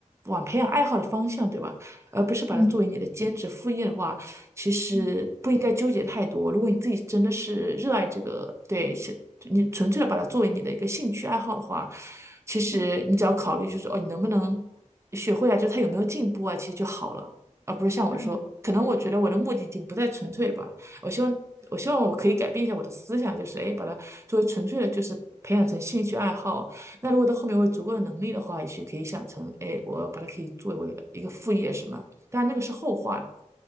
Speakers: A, on the right; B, on the left.
A: 往培养爱好的方向，对吧？而不是把它作为你的兼职副业的话，
B: 嗯
A: 其实不应该纠结太多。
B: 嗯
A: 如果你自己真的是热爱这个，对，是你纯粹的把它作为你的一个兴趣爱好的话，其实你只要考虑就是哦，
B: 嗯
A: 你能不能学会啊？就他有没有进步啊？其实就好了，而不是像我说，
B: 嗯
A: 可能我觉得我的目的已经不再纯粹了吧。我希望，我希望我可以改变一下我的思想，就是哎，诶把它作为纯粹的，就是培养成兴趣爱好。那如果到后面我有足够的能力的话，也许可以想成，哎，我把它可以作为我的一个副业什么。当然那个是后话了。